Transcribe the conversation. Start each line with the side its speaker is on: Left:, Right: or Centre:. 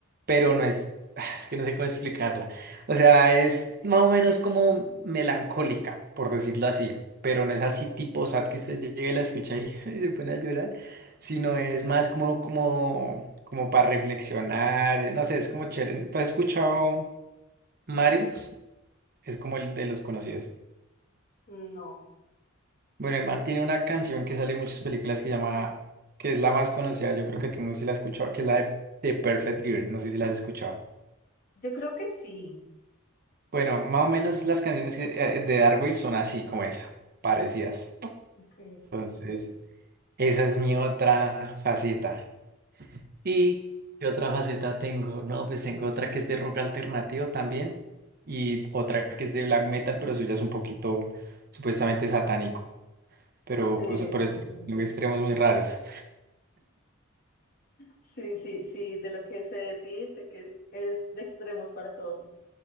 Right: pero no es, <laughs> <sighs> es que no sé cómo explicarla. O sea, es más o menos como melancólica, por decirlo así, pero no es así tipo sad que usted llegue y la escucha y, <laughs> y se pone a llorar, sino es más como, como, como para reflexionar, no sé, es como chévere. ¿Tú has escuchado Marius? Es como el de los conocidos.
Left: no.
Right: Bueno, el man tiene una canción que sale en muchas películas que llama, que es la más conocida, yo creo que tú no sé si la has escuchado, que es la de, de Perfect Girl, no sé si la has escuchado.
Left: Yo creo que sí.
Right: Bueno, más o menos las canciones que- eh, de Darkwave son así como esa, parecidas.
Left: Ok.
Right: Entonces, esa es mi otra faceta. ¿Y qué otra faceta tengo? No, pues tengo otra que es de rock alternativo también y otra que es de black metal, pero eso ya es un poquito supuestamente satánico, pero
Left: Sí,
Right: pues por
Left: se
Right: el-
Left: supone.
Right: tengo extremos muy raros.
Left: Sí, sí, sí, de lo que sé de ti, sé que eres de extremos para todo.